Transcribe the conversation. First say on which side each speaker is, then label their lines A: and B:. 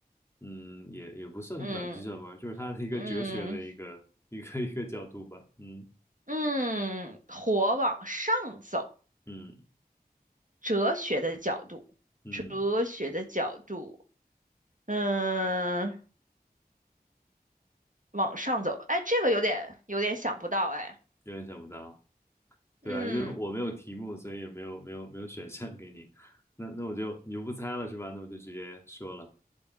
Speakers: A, on the left; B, on the right.
A: 嗯，也也不算脑筋急转弯，
B: 嗯
A: 就是他的一个哲学的一个一个一个角度吧，
B: 嗯
A: 嗯
B: 嗯，火往上走，
A: 嗯
B: 哲学的角度，
A: 嗯，
B: 哲学的角度，嗯，往上走，哎，这个有点有点想不到哎，
A: 有点想不到。对啊，
B: 嗯，
A: 因为我没有题目，所以也没有没有没有选项给你。那那我就你就不猜了是吧？那我就直接说了。